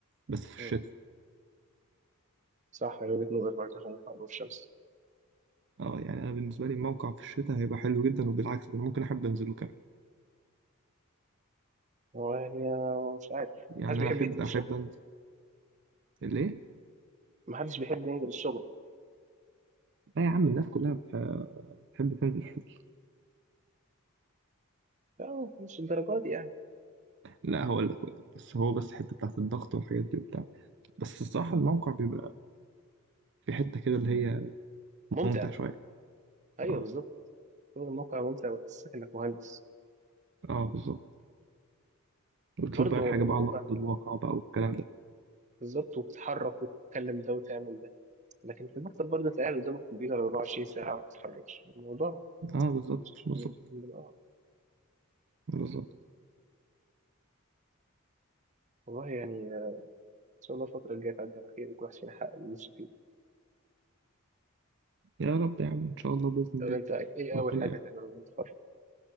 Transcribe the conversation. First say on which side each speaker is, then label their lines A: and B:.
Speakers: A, on the right (about 55°); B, on the right (about 35°).
A: بس في الشتاء
B: مم. صح هي وجهة نظر برضه عشان الحر والشمس
A: اه يعني انا بالنسبه لي الموقع في الشتاء هيبقى حلو جدا وبالعكس ده انا ممكن احب انزله كمان
B: هو يعني آه، مش عارف
A: يعني
B: محدش بيحب
A: انا احب
B: ينزل الشغل
A: احب انزل ليه
B: ما حدش بيحب ينزل الشغل
A: لا يا عم الناس كلها بتح- بتحب تنزل
B: لا مش الدرجات دي يعني
A: لا هقول لك هقول لك. بس هو بس الحته بتاعت الضغط والحاجات دي وبتاع بس الصراحه الموقع بيبقى في حته كده اللي هي
B: ممتع
A: ممتع شويه
B: ايوه
A: اه
B: بالظبط شغل الموقع ممتع ويحسسك انك مهندس
A: اه بالظبط وتشوف
B: برضه
A: بقى الحاجه
B: الموقع
A: بقى على ارض الواقع بقى والكلام ده
B: بالظبط وبتتحرك وتتكلم ده وتعمل ده لكن في المكتب برضه انت قاعد قدام الكمبيوتر 24 ساعة ما بتتحركش الموضوع
A: اه بالظبط
B: مش
A: بالظبط
B: مش آه.
A: بالظبط
B: والله يعني آه، ان شاء الله الفترة الجاية تعدي على خير وكل واحد فينا يحقق اللي نفسه فيه
A: يا رب يا عم ان شاء الله باذن
B: طب
A: الله
B: انت ايه
A: ربنا
B: اول حاجة هتعملها بعد ما تتخرج؟